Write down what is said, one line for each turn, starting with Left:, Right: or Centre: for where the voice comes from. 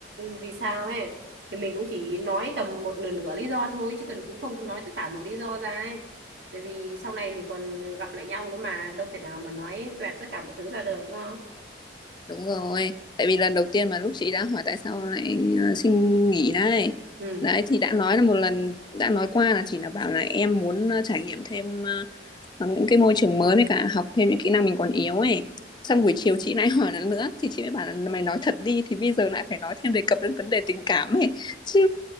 Right: vì sao ấy thì mình cũng chỉ nói tầm một nửa nửa lý do thôi chứ cần cũng không nói tất cả một lý do ra ấy tại vì sau này mình còn gặp lại nhau nữa mà đâu thể nào mà nói toẹt tất cả mọi thứ ra được đúng không
Left: đúng rồi tại vì lần đầu tiên mà lúc chị đã hỏi tại sao lại ờ, xin nghỉ đấy
Right: ừ
Left: đấy thì đã nói là một lần đã nói qua là chỉ là bảo là em muốn ờ, trải nghiệm thêm ờ, hoặc những cái môi trường mới với cả học thêm những kỹ năng mình còn yếu ấy xong buổi chiều chị lại <laughs> hỏi lần nữa thì chị mới bảo là mày nói thật đi thì bây giờ lại phải nói thêm đề cập đến vấn đề tình cảm ấy chứ